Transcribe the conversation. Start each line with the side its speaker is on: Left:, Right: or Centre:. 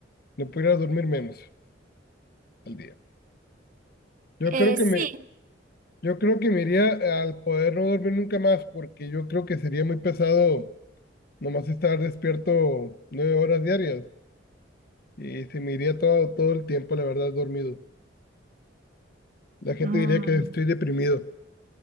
Left: no pudiera dormir menos al día. Yo
Right: Eh,
Left: creo que
Right: sí.
Left: me, yo creo que me iría al poder no dormir nunca más porque yo creo que sería muy pesado Nomás estar despierto nueve horas diarias y se me iría todo, todo el tiempo, la verdad, dormido. La gente
Right: Mm.
Left: diría que estoy deprimido.